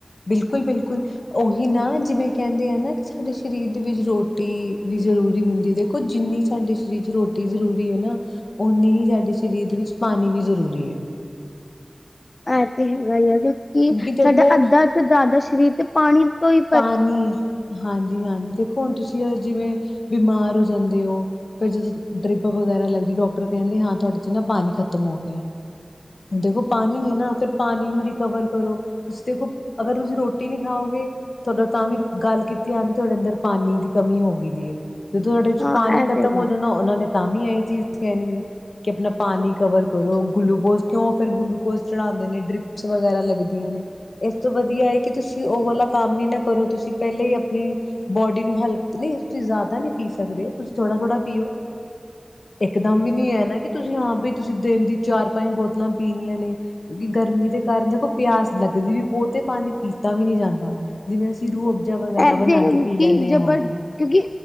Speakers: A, on the left; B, on the left.
A: ਬਿਲਕੁਲ- ਬਿਲਕੁਲ। ਉਹੀ ਨਾ ਜਿਵੇਂ ਕਹਿੰਦੇ ਆ ਨਾ ਕਿ ਸਾਡੇ ਸਰੀਰ ਦੇ ਵਿੱਚ ਰੋਟੀ ਵੀ ਜ਼ਰੂਰੀ ਹੁੰਦੀ ਦੇਖੋ ਜਿੰਨੀ ਸਾਡੇ ਸ਼ਰੀਰ ਚ ਰੋਟੀ ਜ਼ਰੂਰੀ ਐ ਨਾ, ਓਨੀ ਹੀ ਸਾਡੇ ਸ਼ਰੀਰ ਦੇ ਵਿੱਚ ਪਾਣੀ ਵੀ ਜ਼ਰੂਰੀ ਐ
B: ਐਹ ਤੇ ਹੈਗਾ ਈ ਆ, ਕਿਉਕਿ
A: ਕਿਉਂਕਿ ਦੇਖੋ
B: ਸਾਡਾ ਅੱਧਾ ਤੋਂ ਜ਼ਿਆਦਾ ਸਰੀਰ ਤੇ ਪਾਣੀ ਤੋਂ ਈ
A: ਪਾਣੀ, ਹਾਂਜੀ- ਹਾਂਜੀ ਦੇਖੋ ਹੁਣ ਤੁਸੀਂ ਜਿਵੇਂ ਬਿਮਾਰ ਹੋ ਜਾਂਦੇ ਓ ਫੇਰ ਜਦੋਂ ਡਰਿੱਪ ਵਗੈਰਾ ਲੱਗਦੀ ਡਾਕਟਰ ਕਹਿੰਦੇ ਹਾਂ ਤੁਹਾਡੇ 'ਚ ਨਾ ਪਾਣੀ ਖ਼ਤਮ ਹੋ ਗਿਆ। ਦੇਖੋ ਪਾਣੀ ਐ ਨਾ ਫਿਰ ਪਾਣੀ ਨੂੰ ਰਿਕਵਰ ਕਰੋ, ਤੁਸੀਂ ਦੇਖੋ ਅਗਰ ਤੁਸੀਂ ਰੋਟੀ ਨੀ ਖਾਓਗੇ ਤੁਹਾਡਾ ਤਾਂ ਵੀ ਗੱਲ ਕੀਤੀਆਂ ਦੀ ਤੁਹਾਡੇ ਅੰਦਰ ਪਾਣੀ ਦੀ ਕਮੀ ਹੋ ਗੀ ਦੀ ਏ ਜਡੇ ਚ
B: ਹਾਂ
A: ਪਾਣੀ
B: ਇਹ
A: ਖ਼ਤਮ
B: ਤੇ ਹੈਗਾ
A: ਹੋ ਜਾਂਣਾ ਓਨਾਂ ਨੇ ਤਾਂ ਵੀ ਏਹੀ ਚੀਜ਼ ਕੈਣੀ ਐ। ਕਿ ਆਪਣਾ ਪਾਣੀ ਕਵਰ ਕਰੋ ਗੁਲੂਕੋਜ਼ ਕਿਉਂ ਫਿਰ ਗੁਲੂਕੋਜ਼ ਚੜਾਂਦੇ ਨੇਂ, ਡਰਿਪਸ ਵਗੈਰਾ ਲੱਗਦੀਆਂ ਨੇਂ। ਇਸ ਤੋਂ ਵਧੀਆ ਐ ਕਿ ਤੁਸੀਂ ਓ ਵਾਲਾ ਕੰਮ ਈ ਨਾਂ ਕਰੋ ਤੁਸੀਂ ਪੈਲੇ ਈ ਆਪਣੀ ਬੋਡੀ ਨੂੰ ਹਲਕ ਨੀਂ ਤੁਸੀਂ ਜ਼ਿਆਦਾ ਨ੍ਹੀਂ ਪੀ ਸਕਦੇ। ਤੁਸੀਂ ਥੋੜਾ-ਥੋੜਾ ਪੀਓ। ਇਕਦਮ ਵੀ ਨੀਂ ਐ ਨਾਂ ਕਿ ਤੁਸੀਂ ਹਾਂ ਬੀ, ਤੁਸੀਂ ਦਿਨ ਦੀ ਚਾਰ-ਪੰਜ ਬੋਤਲਾਂ ਪੀਣੀਆਂ ਨੇਂ। ਕਿਉਂਕਿ ਗਰਮੀ ਦੇ ਕਾਰਨ ਦੇਖੋ, ਪਿਆਸ ਲੱਗਦੀ ਵੀ ਬੋਤ ਐ ਪਾਣੀ ਪੀਤਾ ਵੀ ਨੀਂ ਜਾਂਦਾ। ਜਿਵੇਂ ਅਸੀਂ ਰੂਹ ਅਫ਼ਜਾ ਵਗੈਰਾ
B: ਇਹਦੇ
A: ਬਣਾ ਕੇ ਪੀ
B: ਕਿ
A: ਲੈਂਨੈ
B: ਜਬਰ
A: ਹੁਣ
B: ਕਿਉਂਕਿ